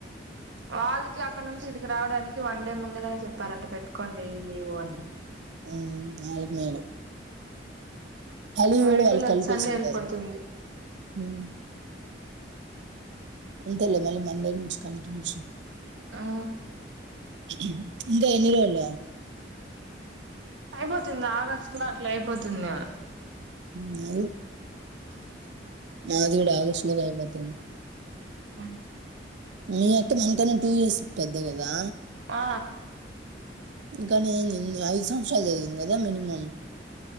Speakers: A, on the right (about 90°); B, on the right (about 70°).
A: వాళ్ళకి అక్కడ నుంచి ఇక్కడికి రావడానికి వన్ డే ముందుగానే చెప్పారంట పెట్టుకోండి లీవ్ అని
B: ఆల్మేలు కలి కూడా కూడా
A: ఈ
B: వాళ్ళు
A: పిల్ల
B: కలిపేసి
A: వచ్చి సండే
B: ఉంటారు
A: వెళ్ళిపోతుంది
B: హ అంతేలే మళ్ళీ మండే నుంచి కంటిన్యూ
A: ఆ
B: ఇందకా ఎన్నిరళ
A: అయిబోతుంద ఆగస్ అట్లా అయిపోతుందేమో
B: మాది మాదిగడ ఆగస్టు లోకి అయిపోతుంది
A: ఆ
B: మీ అక్క మనకనా టూ ఇయర్స్ పెద్ద కదా
A: ఆ
B: ఇంకా నేను ఐదు సంవత్సరాలు జరిగిను కదా మినిమం